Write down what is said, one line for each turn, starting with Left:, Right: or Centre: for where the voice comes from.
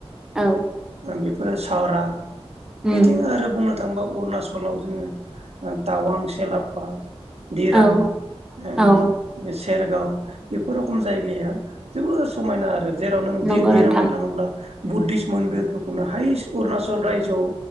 Centre: औ
Right: ओम बेफ फोर सावरा
Centre: उम
Right: बिथिं आरो बुंनो थांबा अरुणाचलाव जोङो ओ टावां सेलापा दिरां
Centre: औ
Right: ओं
Centre: औ
Right: सेरगाव बेफोर रखम जायगाया जोबोद समायना आरो जेराव नों दि-दिराङाव
Centre: नंगौ नोंथां
Right: थाङोब्ला बुद्धिस मन बिरफोरखौनो हायेस अरुणाचल राज्योआव